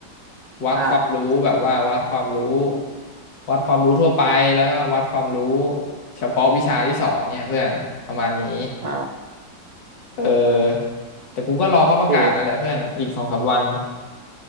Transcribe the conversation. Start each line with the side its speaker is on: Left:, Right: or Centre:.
Left: วัดความรู้แบบว่าวัดความรู้
Right: อ่า
Left: วัดความรู้ทั่วไปแล้วก็วัดความรู้เฉพาะวิชาที่สอนเนี่ยเพื่อนประมาณนี้
Right: อ่า
Left: เออแต่กูก็รอเขาประกาศนั่นแหละเพื่อนอีกสองสามวัน
Right: โอเค